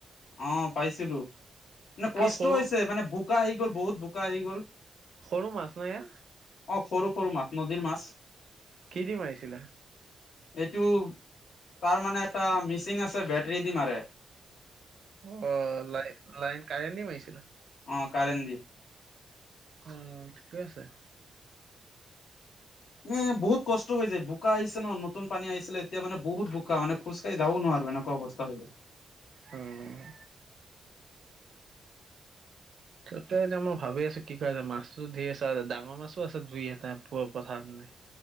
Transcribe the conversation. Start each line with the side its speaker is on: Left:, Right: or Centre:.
Left: অ পাইছিলো, মানে
Right: কি
Left: কষ্ট
Right: সৰু
Left: হৈছে মানে বোকা আহি গ'ল বহুত বোকা আহি গ'ল।
Right: সৰু মাছ ন সেয়া?
Left: অ সৰু সৰু মাছ, নদীৰ মাছ।
Right: কি দি মাৰিছিলা?
Left: এইটো তাৰ মানে এটা মিচিং আছে বেটৰী দি মাৰে।
Right: অ লাই লাইন কাৰেণ্ট দি মাৰিছিলা?
Left: অ কাৰেণ্ট দি।
Right: অ ঠিকে আছে।
Left: এ বহুত কষ্ট হৈ যায়, বোকা আহিছে ন নতুন পানী আহিছিলে এতিয়া মানে বহুত বোকা মানে খোজকাঢ়ি যাব নোৱাৰো এনেকুৱা অৱস্থা হৈ গ'ল।
Right: উম ততে এতিয়া মই ভাবি আছো কি কৰা যায় মাছতো ঢেৰ আছে, ডাঙৰ মাছো আছে দুই এটা প-পথাৰত মানে।